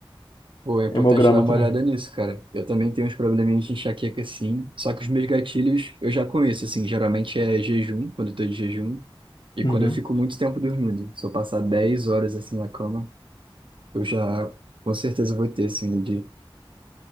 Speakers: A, on the right; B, on the left.
A: Pô, é importante
B: hemograma
A: dar uma
B: também.
A: olhada nisso, cara. Eu também tenho uns probleminhas de enxaqueca, sim. Só que os meus gatilhos eu já conheço, assim. Geralmente é jejum, quando eu tô de jejum. E quando
B: Uhum.
A: eu fico muito tempo dormindo. Se eu passar 10 horas, assim, na cama, eu já com certeza vou ter, assim, no dia.